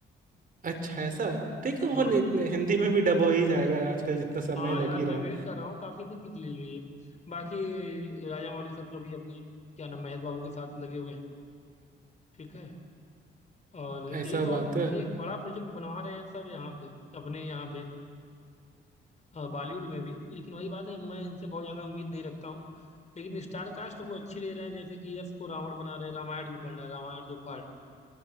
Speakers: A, on the right (about 45°); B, on the left (about 35°).
A: अच्छा ऐसा देखो
B: हाँ
A: वो नि- नि- हिंदी में भी डब हो ही जाएगा आजकल जितना समय
B: हाँ
A: लग
B: यार
A: ही
B: मैं
A: रहा है
B: वेट कर रहा हूँ काफी दिन की रिलीज हुई है बाकी राजा मौली सर तो अभी अपनी क्या नाम महेश बाबू के साथ लगे हुए हैं ठीक है और एक
A: ऐसा
B: और
A: बात है
B: एक बड़ा प्रोजेक्ट बनवा रहे हैं सब यहाँ पे अपने यहाँ पे अ, बॉलीवुड में भी लेकिन वही बात है मैं इनसे बहुत ज़्यादा उम्मीद नहीं रखता हूँ लेकिन स्टार कास्ट वो अच्छी ले रहे हैं जैसे कि यश को रावण बना रहे हैं रामायण जो बन रहा है रामायण जो पार्ट में